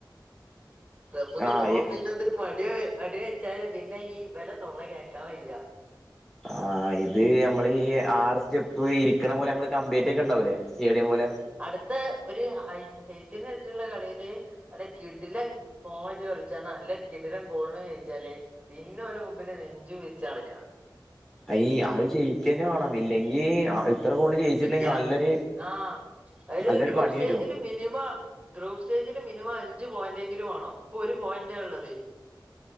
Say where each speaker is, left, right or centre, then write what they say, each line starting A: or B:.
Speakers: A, on the right; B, in the centre.
A: ക്ലബൊക്കെ
B: ആഹ്
A: പോവാൻ പിന്നെ എന്തര് മടി അടി വച്ചാലും പിന്നെ ഈ ഇവള തൊള്ള കേ ക്കാൻ വയ്യ
B: ആ ഇത് ഞമ്മള് ഈ ആറ് സ്റ്റെപ്പ് ഇരിക്കണ പോലെ നമ്മള് കമ്പികെട്ടിയിട്ടുണ്ടാവൂലെ സ്റ്റേഡിയം പോലെ
A: അടുത്ത ഒരു ഹൈ ഹെയ്ത്തിന് ച്ചുള്ള കളിയില് നല്ല കിടിലം പോയിന്റ് കളിച്ചാണ് നല്ല കിടിലം ഗോളിന് ജയിച്ചാലെ പിന്നെ ഓരുടെ മുമ്പില് നെഞ്ചും വിരിച്ച് നടക്കാം
B: അയീ അത് ജയിക്ക തന്നെ വേണം ഇല്ലെങ്കി ഇത്ര ഗോളിന് ജയിച്ചിട്ടുണ്ടെങ്കി
A: ഇല്യാ
B: നല്ലൊരു
A: ആ ഒരു
B: നല്ലൊരു
A: ഗ്രൂപ്പ്
B: പണി
A: സ്റ്റേജില്
B: വരും
A: മിനിമം ഗ്രൂപ്പ് സ്റ്റേജില് മിനിമം അ അഞ്ചു പോയിന്റെങ്കിലും വേണം ഇപ്പൊ ഒരു പോയിന്റാ ഉള്ളത്